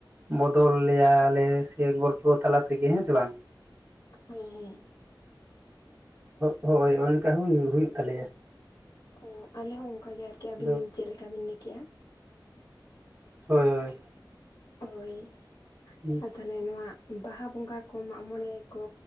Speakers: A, on the right; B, on the left.
A: ᱵᱚᱫᱚᱞ ᱞᱮᱭᱟᱞᱮ ᱥᱮ ᱜᱚᱞᱯᱚ ᱛᱟᱞᱟ ᱛᱮᱜᱮ ᱦᱮᱸ ᱥᱮ ᱵᱟᱝ᱾
B: ᱦᱮᱸ, ᱦᱮᱸ᱾
A: ᱦᱳᱭ, <unintelligible> ᱚᱱᱠᱟ ᱦᱚᱸ ᱦᱩᱭᱩᱜ ᱛᱟᱞᱮᱭᱟ᱾
B: ᱚ ᱟᱞᱮ ᱦᱚᱸ ᱚᱱᱠᱟ ᱜᱮ ᱟᱨᱠᱤ ᱟᱹᱵᱤᱱ
A: ᱟᱫᱚ
B: ᱪᱮᱫ ᱞᱮᱠᱟ ᱵᱤᱱ ᱞᱟᱹᱭᱠᱮᱜᱼᱟ᱾
A: ᱦᱳᱭ, ᱦᱳᱭ᱾
B: ᱦᱳᱭ
A: ᱦᱩᱸ
B: ᱟᱨ ᱛᱟᱦᱚᱞᱮ ᱱᱚᱣᱟ ᱵᱟᱦᱟ ᱵᱚᱸᱜᱟ ᱠᱚ ᱢᱟᱜᱽ ᱢᱚᱬᱮ ᱠᱚ,